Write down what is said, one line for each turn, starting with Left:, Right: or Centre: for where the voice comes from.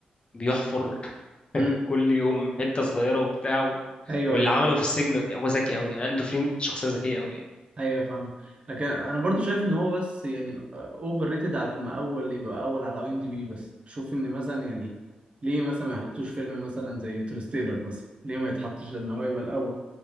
Left: بيحفر
Right: مم.
Left: كل يوم حتة صغيرة وبتاع و...
Right: أيوه
Left: واللي
Right: أيوه
Left: عمله في السجن هو ذكي قوي يعني عنده فرين شخصية ذكية قوي يعني.
Right: ايوه فاهم لكن انا برضو شايف ان هو بس يعني اوفر ريتد على لما اول يبقى اول على اي ام دي بي بس بشوف ان مثلا يعني ليه مثلا ما يحطوش فيلم مثلا زي انترستيلر مثلا ليه ما يتحطش ان هو يبقى الاول